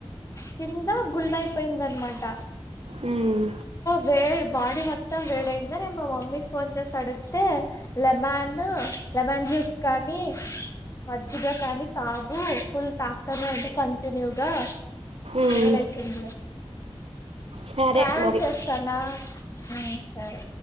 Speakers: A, on the left; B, on the right.
A: కింద గుల్నయిపోయింద అన్మాట
B: మ్మ్
A: వే బాడీ మొత్తం వేడయింద నేను మా మమ్మీకి ఫోన్ చేసి అడిగితే లెమన్ లెమన్ జ్యూస్ కానీ మజిగా కానీ తాగు ఫుల్ తాక్కనే ఉంటే కంటిన్యూగా
B: ఉమ్
A: నేలయితుడి
B: సరే
A: ట్రావెల్
B: మరి
A: చేస్తానా ఆ సరే